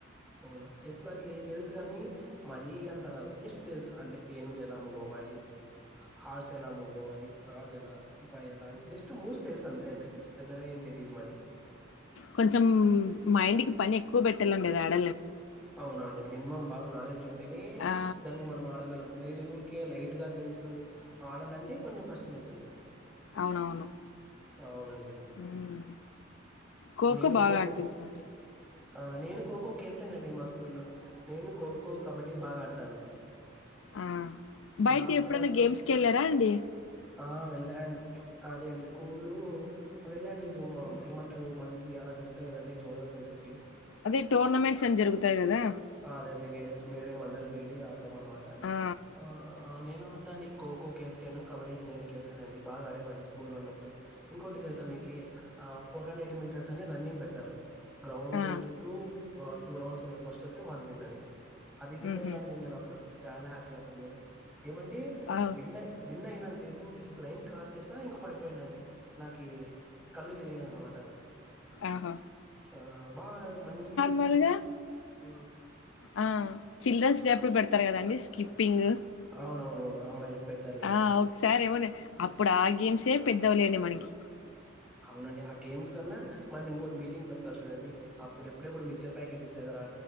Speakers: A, in the centre; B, on the left.
A: అవునా చేస్ నాకీ తెల్సు గాని మరీ అంత రాదు జస్ట్ తెల్సు అంటే ఏనుగేలా మూవ్ అవ్వాలి ఇది హార్స్ ఎలా మూవ్ అవ్వాలి రాజు ఎలా సిపాయేలా అని జస్ట్ మూవ్స్ తెల్సు అంతే అండి పెద్దగ ఎం తెలిదు మరి
B: కొంచెం మైండికి పనేక్కువ పెట్టాలండి ఇది ఆడ
A: అవునా అండి మినిమమ్ బాగా నాలెడ్జ్ ఉంటేనే
B: ఆ
A: దాన్ని మనం ఆడగలం లేదు ఊర్ కె లైట్గ తెల్సు ఆడాలంటే కొంచెం కష్టమైతుంది
B: అవునవును
A: అవునండి
B: ఉమ్. ఖోఖో
A: నేను
B: బాగా
A: ఖొ
B: ఆడుతుంటిమండి
A: ఆ నేను ఖోఖో కెప్టెనండి మా స్కూల్లో నేను ఖోఖో కబడ్డీ బాగా ఆడతాను
B: మ్ బైటికి
A: నాకు
B: ఎప్పుడైనా
A: కూడా స్కూ
B: గేమ్స్కెళ్ళారాండి
A: ఆ వెళ్ళా అదే అండి స్కూళూ వెళ్ళండి ఏమంటారు మంత్లీ అలా జరుగుతాయి కదండి జోనల్స్ అని చెప్పి
B: అదే టోర్నమెంట్స్ అని జరుగుతాయి కదా
A: ఆ అదేదే వేరేస్ వేరే మండల్ వెళ్ళి ఆడతాం అనమాట
B: ఆ
A: ఆ నేను ఆడు అండి ఖోఖో కేఫటెను కబడీకి నేనే కేఫటెన్ అండి బాగా ఆడేవాండి స్కూల్ లో ఉన్నప్పుడు ఇంకోటి తెలుసా మీకి ఆ ఫోర్ హండ్రెడ్ మీటర్స్ అని రన్నింగ్ పెడతారు గ్రౌండ్
B: ఆ
A: చుట్టూ టూ రౌండ్స్ ఎవరు ఫస్ట్ వొత్తె వాళ్ల్ విన్ అని అది విన్
B: ఉహు
A: అయ్యా అండి నేను అప్పుడు చాలా హ్యాపీ అప్పుడు నేను ఏమంటే
B: అవు
A: విన్ విన్ అయిన తెలిసింది జస్ట్ లైన్ క్రాస్ చేసినా ఇంక పడిపోయానండి నాకి కళ్ళు తిరిగాయి అనమాట
B: ఆహా
A: ఆ బా మంచి
B: మళగా
A: ఆ
B: ఆ చిల్డ్రన్స్ డే అప్పుడు పెడతారు కదాండి స్కిప్పింగ్
A: అవునవునవును అమ్మాయిలకి పెడతారులేండి
B: ఆ ఒకసారి ఎమో నే అప్పుడు ఆ గేమ్సే పెద్దవిలేండి మనకి
A: అవునండి ఆ గేమ్స్ కన్నా మళ్ళీ ఇంకోటి మీటింగ్ చెప్తారు చూడండి అప్పుడే ఎప్పుడెప్పుడు మిక్చర్ ప్యాకెట్ ఇస్తదిర